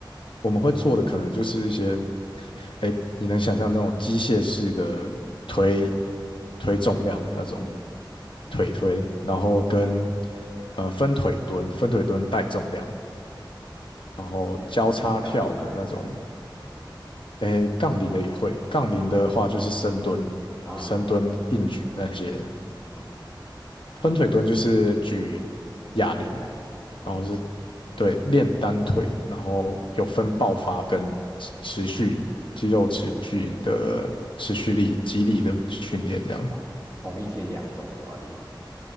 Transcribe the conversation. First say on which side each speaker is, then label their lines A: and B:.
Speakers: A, on the left; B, on the left.
A: 我们会做的可能就是一些，哎，你能想象那种机械式的推推重量的那种
B: 嗯
A: 腿推，然后跟
B: 嗯，
A: 呃分腿蹲、分腿蹲带重量，然后交叉跳的那种，
B: 举举杠铃吗？还是什么？
A: 哎，杠铃的也会，杠铃的话就是深蹲、
B: 啊啊，
A: 深蹲、硬举那些，
B: 嗯嗯，
A: 分腿蹲就是举哑铃，
B: 哑铃啊，
A: 然后是对练单腿，然后有分爆发跟持持续肌肉持续的持续力、肌力的训练，这样
B: 哇，同一天两种都要练。